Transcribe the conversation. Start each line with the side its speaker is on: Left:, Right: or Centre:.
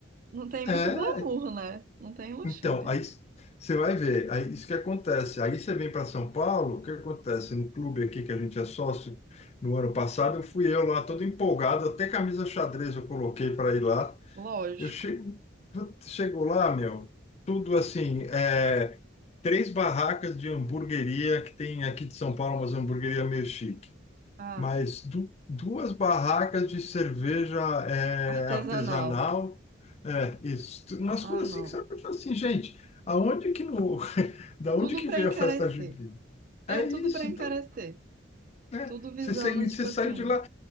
Right: não tem muito
Left: é,
Right: glamour, né? Não tem luxúria.
Left: então, aí você vai ver, aí isso que acontece. Aí você vem para São Paulo, o que acontece? No clube aqui que a gente é sócio, no ano passado, eu fui eu lá todo empolgado, até camisa xadrez eu coloquei para ir lá.
Right: Lógico.
Left: Eu chego, putz, chego lá, meu, tudo assim, é, três barracas de hamburgueria que tem aqui de São Paulo, umas hamburgueria meio chique,
Right: Ah,
Left: mas du- duas barracas de cerveja é,
Right: artesanal.
Left: artesanal, é, isso, tu- umas
Right: Ah,
Left: coisas
Right: não.
Left: assim que você olha fala assim, gente, aonde que no, <laughs> da onde
Right: Tudo
Left: que
Right: pra
Left: veio
Right: encarecer.
Left: a festa junina?
Right: É,
Left: É
Right: tudo
Left: isso,
Right: pra encarecer.
Left: então, né?
Right: Tudo visando,
Left: Você, sai- você
Right: tipo
Left: sai
Right: assim.
Left: de lá